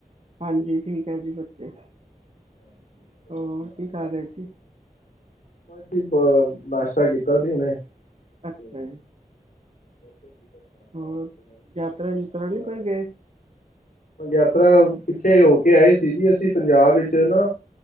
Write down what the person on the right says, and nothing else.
ਹਾਂਜੀ, ਠੀਕ ਹੈ ਜੀ ਬੱਚੇ,
ਹੋਰ
ਕੀ ਕਰ
ਰਹੇ ਸੀ?
ਅੱਛਾ ਜੀ
ਹੋਰ,
ਯਾਤਰਾ-
ਯੂਤਰਾ
ਨਹੀਂ ਕੋਈ
ਗਏ?